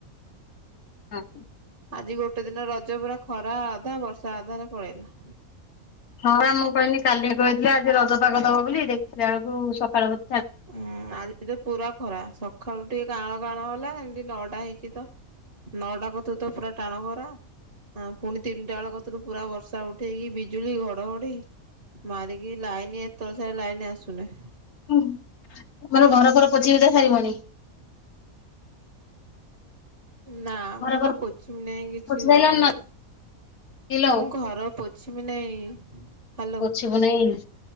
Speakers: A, on the left (about 80°); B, on the right (about 40°).
A: ହଁ କି?
B: ଆଜି ଗୋଟେ ଦିନ ରଜ ପୁରା ଖରା ଅଧା ବର୍ଷା ଅଧାରେ ପଳେଇଲା।
A: ହଁ ବା ମୁଁ କହିଲି କାଲି ରଜ ଆଜି ରଜପାଗ ଦବ ବୋଲି ଦେଖିଲା ବେଳକୁ ସକାଳୁ
B: ଉୁଁ ଆଜି ତ ପୁରା ଖରା ସକାଳୁ ଟିକେ କାଁଳ କାଳ ହେଲା ସେମିତି ନଅଟା ହେଇଛି ତ ନଅଟା ଗତିରୁ ତ ପୁରା ଟାଣ ଖରା ପୁଣି ତିନିଟା ବେଳ ଗତିରୁ ପୁରା ବର୍ଷା ଉଠ ଉଠେଇକି ବିଜୁଳି ଘଡଘଡି ମାରିକି ଲାଇନ ଏତଳ ଜାଙ୍କେ ଲାଇନ ଆସୁନି।
A: ହୁଁ ମର ଘର ଫର ପୋଛି ସାରିବନି।
B: ନା
A: ଘର
B: ମୁଁ ବା
A: ଫର
B: ପୋଚମି ନାଇଁ କିଛି
A: ପୋଛି ସାଇଲଣି
B: ଘର ଫର।
A: ନା କିଲୋ
B: ମୁଁ ଘର ପୋଛିମି ନାଇଁ। ହ୍ୟାଲୋ।
A: ପୋଛିବୁ ନାଇ।